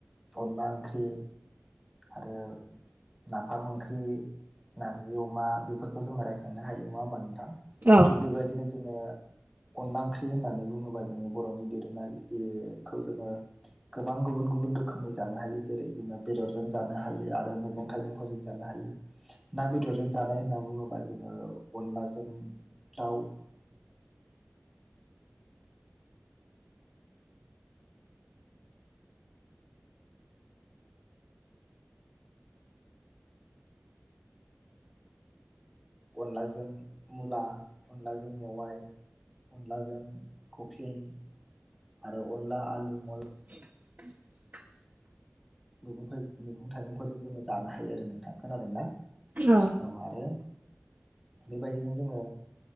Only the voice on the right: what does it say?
औ
<inaudible>
औ।